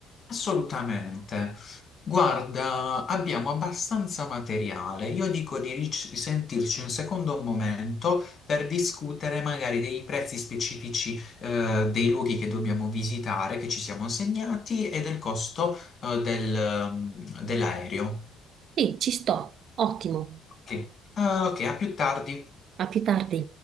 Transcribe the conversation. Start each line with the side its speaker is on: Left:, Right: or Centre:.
Left: Assolutamente. Guarda, abbiamo abbastanza materiale. Io dico di ric- risentirci un secondo momento per discutere magari dei prezzi specifici eh, dei luoghi che dobbiamo visitare, che ci siamo segnati, e del costo eh, del, ehm, dell'aereo.
Right: Sì, ci sto, ottimo.
Left: Ok, Ah, ok, a più tardi.
Right: A più tardi.